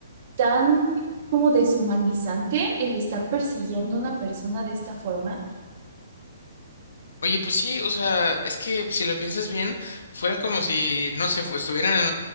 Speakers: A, on the right; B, on the left.
A: tan como deshumanizante el estar persiguiendo a una persona de esta forma.
B: Oye, pues sí, o sea, es que si lo piensas bien, fuera como si, no sé, fu- estuvieran en